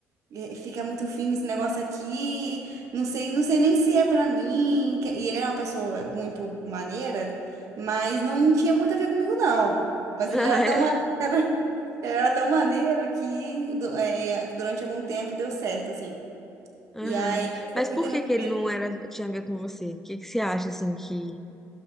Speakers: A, on the right; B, in the centre.
A: e Fica muito firme esse negócio aqui. Não sei, não sei nem se é pra mim. que- E ele era uma pessoa muito maneira, mas não tinha muito a ver comigo, não. Mas
B: <laughs> Ah,
A: ele era
B: é.
A: tão maneiro, <laughs> ele era tão maneiro que du- é, durante algum tempo deu certo, assim.
B: Aham.
A: E aí eu só
B: Mas
A: fui
B: por
A: ter
B: que
A: meu primeiro.
B: que ele não era tinha a ver com você? O que que você acha assim que